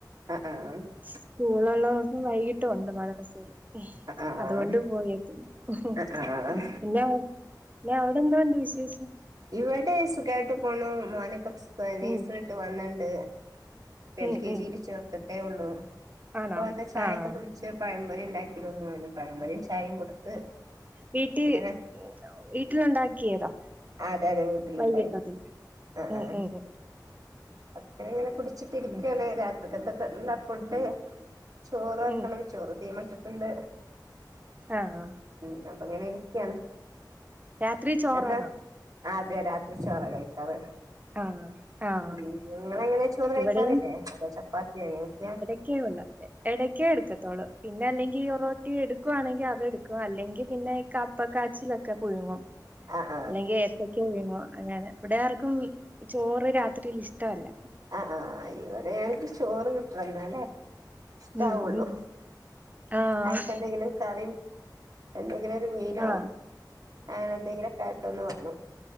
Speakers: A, on the right; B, on the right.
A: ആഹ് ആഹ്
B: സ്കൂളൊള്ള ദിവസം വൈകിട്ടും ഒണ്ട് മദ്രസ്സേല്
A: ആഹ് ആഹ്
B: അതുകൊണ്ട് പോയേക്ക്‌ന്ന്
A: ആഹ് ആഹ്
B: പിന്നെ പിന്നെ അവിടെ എന്തോ ഉണ്ട് വിശേഷം.
A: ഇവിടെ സുഖായിട്ടു പോണു. മോനൊക്കെ പരീക്ഷ
B: ഉം
A: റിസൽട്ട് വന്ന്ണ്ട്. എൽ
B: ഉം
A: കെ
B: ഉം
A: ജിയില് ചേർത്തിട്ടേ ഒള്ളൂ
B: ആണോ
A: ഇപ്പോ വന്ന് ചായയൊക്കെ
B: ആഹ്
A: കുടിച്ച് പഴംപൊരി ഉണ്ടാക്കി ഒന്ന് ഓന് പഴം പൊരീം ചായേം കൊടുത്ത്
B: വീട്ടി
A: അങ്ങനെ
B: വീട്ടിലുണ്ടാക്കിയതാ
A: അ അതെ അതെ വീട്ടിലുണ്ടായി
B: വൈകിട്ടത്തിന്
A: ആ
B: ഉം
A: ആ
B: ഉം
A: അപ്പഴ് ഇങ്ങനെ കുടിച്ചിട്ടിരിക്കയാണ്
B: ഉം
A: രാ ക്കത്തക്കല്ല ഫുഡ് ചോറ് വെക്കണം
B: ഉം
A: ചോറ് തീ മട്ടിട്ടുണ്ട്
B: ആഹ്
A: മം അപ്പൊ അങ്ങനെ ഇരിക്കാണ്
B: രാത്രി ചോറാണോ
A: എന്താ ആ അതെ രാത്രി ചോറ കഴിക്കാറ്
B: ആഹ് ആഹ്
A: നിങ്ങളെങ്ങനെ ചോറ് കഴിക്കാറില്ലേ
B: ഇവിടെയും
A: അതൊ ചപ്പാത്തിയോ എങ്ങനൊക്കെയാ
B: യ്ക്കേ ഒള്ളാത്തെ എടക്കേ എട്ക്കത്തോളൂ പിന്നെ അല്ലെങ്കിൽ ഒറോട്ടി എടുക്കുവാണെങ്കിൽ അതെടുക്കും അല്ലെങ്കി പിന്നെ കപ്പക്കാച്ചിലൊക്കെ പുഴുങ്ങും
A: ആഹ്
B: അല്ലെങ്കിൽ ഏത്തക്ക പുഴുങ്ങും അങ്ങനെ ഇവിടെ ആർക്കും ചോറ് രാത്രിയിൽ ഇഷ്ടവല്ല
A: ആ ആ ഇവിടെയെനിക്ക് ചോറ് കിട്ടണം ന്നാലെ ഇഷ്ടാവുള്ളൂ
B: ഉം ഉം ആഹ്
A: ആയിക്കെന്തെങ്കിലും കറിയും എന്തെങ്കിലും ഒരു മീനോ
B: ആഹ്
A: അങ്ങനെ എന്തെങ്കിലും ഒക്കെ ആയിട്ട് ഒന്ന് വേണം